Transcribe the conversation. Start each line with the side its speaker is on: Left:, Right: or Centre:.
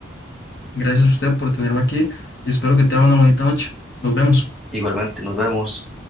Left: Gracias a usted por tenerme aquí y espero que te tenga una bonita noche. Nos vemos.
Centre: Igualmente, nos vemos.